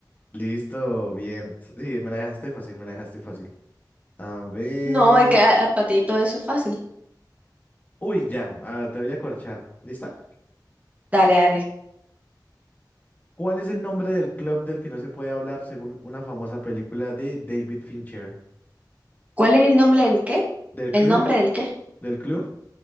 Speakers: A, on the left; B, on the right.
A: Listo, bien. Sí, me la dejaste fácil, me la dejaste fácil. A ver.
B: No, es que a, a- para ti todo eso es fácil.
A: Uy, ya, a ver, te voy a corchar. ¿Lista?
B: Dale, dale.
A: ¿Cuál es el nombre del club del que no se puede hablar según una famosa película de David Fincher?
B: ¿Cuál es el nombre del qué?
A: Del
B: ¿El
A: club,
B: nombre del qué?
A: del club,